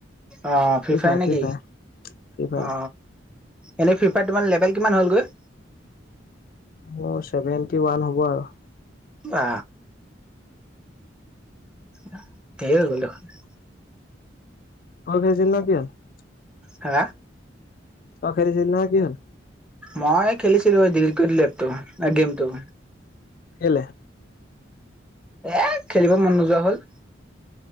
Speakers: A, in the centre; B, on the left.
A: অ
B: ফ্ৰী
A: ফ্ৰিফায়াৰ
B: ফায়াৰ
A: নেকি?
B: ফ্ৰী ফায়াৰ ফ্ৰী ফায়াৰ।
A: অ এনে ফ্ৰিফাৱাৰত তোমাৰ লেবেল কিমান হ'ল গৈ?
B: মোৰ চছেভেন্টি ওৱান হ'ব আৰু।
A: বা ঢেৰ হৈ গ'ল দেখোন।
B: <inaudible>
A: হা।
B: তই খেলিছিল না কি হ'ল?
A: মই খেলিছিলো ডীলিট কৰি দিলো এপটো গেমটো।
B: কেলে?
A: এ খেলিব মন নোযোৱা হ'ল।